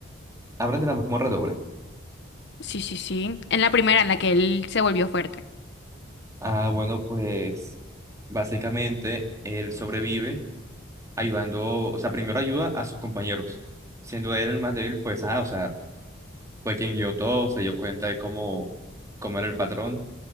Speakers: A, on the right; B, on the left.
A: Hablan de la mazmorra doble.
B: Sí, sí, sí. En la primera, en la que él se volvió fuerte.
A: Ah, bueno, pues básicamente él sobrevive ayudando, o sea, primero ayuda a sus compañeros. Siendo él el más débil, pues, ah, o sea, fue quien guió todo, se dio cuenta de cómo, cómo era el patrón.